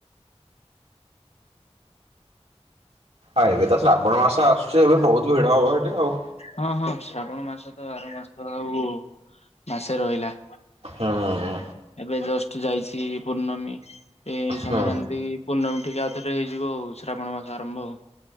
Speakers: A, on the right (about 65°); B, on the left (about 70°).
A: ଆ ଏବେ ତ ଶ୍ରାବଣ ମାସ ଆସୁଚି ଏବେ ବହୁତ୍ ଭିଡ ହବ ହେଠି ଆଉ।
B: ହଁ ହଁ ଶ୍ରାବଣ ମାସ ତ ଆର ମାସ <unintelligible> ଆଉ ମାସେ ରହିଲା।
A: ହୁଁଁ।
B: ଏବେ ଜଷ୍ଟ ଯାଇଚି ପୂର୍ଣ୍ଣମୀ ଏ ସଂକ୍ରାନ୍ତି
A: ହୁଁ
B: ପୂର୍ଣ୍ଣମୀ ଟିକି ଆଉଥରେ ହେଇଯିବ ଆଉ ଶ୍ରାବଣ ମାସ ଆରମ୍ଭ ଆଉ।